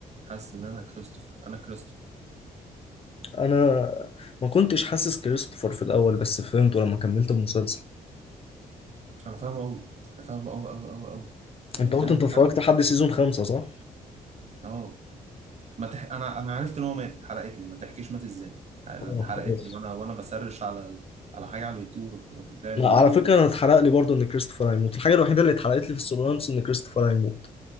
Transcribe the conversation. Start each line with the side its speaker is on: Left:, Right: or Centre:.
Right: حاسس ان انا كريستوفر انا كريستوفر
Left: انا ما كنتش حاسس كريستوفر في الاول بس فهمته لما كملت المسلسل
Right: انا فاهمه قوي انا فاهمه قوي قوي قوي قوي يعني
Left: انت قلت
Right: تامن
Left: انت اتفرجت
Right: حلقه
Left: لحد سيزون خمسة صح؟
Right: اه ما تح... انا انا عرفت ان هو مات اتحرقت لي ما تحكيش مات ازاي يعني،
Left: اه
Right: انا اتحرقت
Left: خلاص
Right: لي وانا وانا بسرش على ال- على حاجه على اليوتيوب وت- وتطلع
Left: لا
Right: لي
Left: على فكره انا اتحرق لي برضه ان كريستوفر هيموت الحاجه الوحيده اللي اتحرقت لي في السوبرانوس ان كريستوفر هيموت